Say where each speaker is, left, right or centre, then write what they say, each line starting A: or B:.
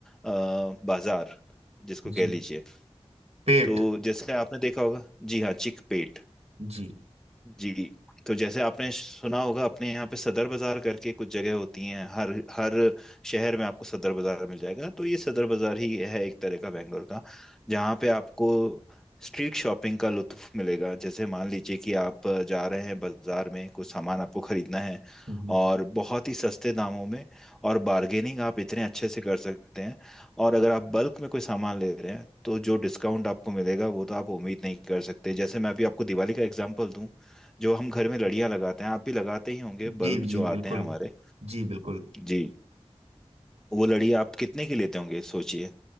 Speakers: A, in the centre; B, on the right.
A: बाजार जिसको
B: जी
A: कह लीजिए
B: पेट
A: तो जैसे आपने देखा होगा जी हाँ चिकपेट
B: जी
A: जी तो जैसे आपने सुना होगा अपने यहाँ पे सदर बाजार करके कुछ जगह होती हैं हर हर शहर में आपको सदर बाजार मिल जाएगा तो ये सदर बाजार ही है एक तरह का बैंगलोर का जहाँ पे आपको स्ट्रीट शॉपिंग का लुत्फ मिलेगा जैसे मान लीजिए कि आप जा रहे हैं बाजार में कुछ सामान आपको खरीदना है
B: हम्म,
A: और बहुत ही सस्ते दामों में और बार्गेनिंग आप इतने अच्छे से कर सकते हैं और अगर आप बल्क में कोई सामान ले रहे हैं तो जो डिस्काउंट आपको मिलेगा वो तो आप उम्मीद नहीं कर सकते जैसे मैं अभी आपको दिवाली का एग्जांपल दूं जो हम घर में लड़ियां लगाते हैं आप भी लगाते ही होंगे
B: जी
A: बल्ब
B: जी
A: जो
B: बिल्कुल
A: आते हैं हमारे
B: जी बिल्कुल
A: जी वो लड़ी आप कितने की लेते होंगे सोचिए